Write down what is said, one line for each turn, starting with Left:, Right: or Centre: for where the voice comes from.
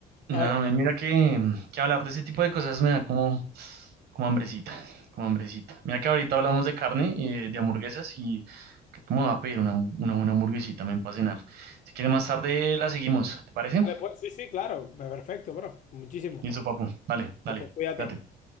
Right: No,
Left: A ver,
Right: men, mira que, mm, que hablar de ese tipo de cosas me da como, como hambrecita, como hambrecita. Mira que ahorita hablamos de carne y de hamburguesas y creo que me va a pedir una, una buena hamburguesita, men, para cenar. Si quieres más tarde la seguimos, ¿te parece?
Left: vale, pues sí, sí, claro, perfecto, bro. Muchísimo.
Right: Listo, papu. Dale, dale.
Left: Eh, pues cuídate.
Right: Cuídate.